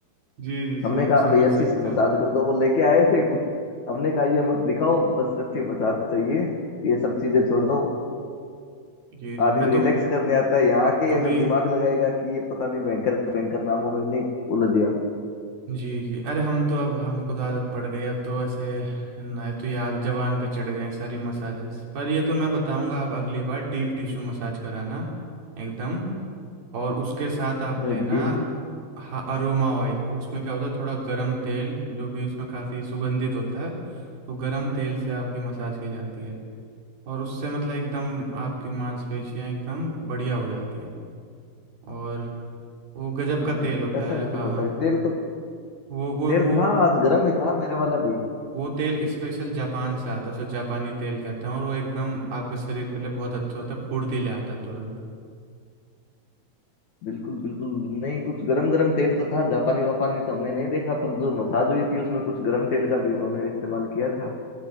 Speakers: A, on the right; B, on the left.
A: जी जी
B: हमने
A: जी हम
B: कहा
A: समझ
B: भाई अच्छी
A: सकते
B: सी मसाज
A: हैं
B: कर दो वो लेके आए थे कुछ हमने कहा ये मत दिखाओ बस अच्छी मसाज चाहिए ये सब चीजें छोड़ो
A: जी जी
B: आदमी
A: मैं
B: रिलैक्स
A: तो
B: करने आता है यहाँ के
A: कभी
B: अगर दिमाग लगाएगा कि ये पता नहीं बैंकर बैंकर नामों में नहीं उलझे हम
A: जी जी अरे हम तो अब हमको तो आदत पड़ गई अब तो ऐसे ना तो याद जबान पे चढ़ गए हैं सारी मसाजेस पर ये तो मैं बताऊंगा आप अगली बार डीप टिश्यू मसाज कराना एकदम और उसके साथ आप
B: अरे
A: लेना
B: डीप
A: हाँ अरोमा ऑयल तो उसमें क्या होता है थोड़ा गरम तेल जो कि उसमें काफ़ी सुगंधित होता है तो गरम तेल से आपकी मसाज की जाती है और उससे मतलब एकदम आपकी मांसपेशियां एकदम बढ़िया हो जाती हैं और वो गजब
B: हाँ
A: का तेल होता
B: ऐसा
A: है
B: भी
A: हाँ
B: कुछ होता
A: हाँ
B: है तेल तो
A: वो वो
B: तेल
A: वो
B: था आज गर्म ही था मेरे वाला भी
A: वो तेल स्पेशल जापान से आता है उसे जापानी तेल कहते हैं और वो एकदम आपके शरीर के लिए बहुत अच्छा होता है फुर्तीले आता है तुरंत
B: बिल्कुल बिल्कुल नहीं कुछ गरम गरम तेल तो था जापानी वापानी तो हमने नहीं देखा पर जो मसाज हुई थी उसमें कुछ गरम तेल का भी उन्होंने इस्तेमाल किया था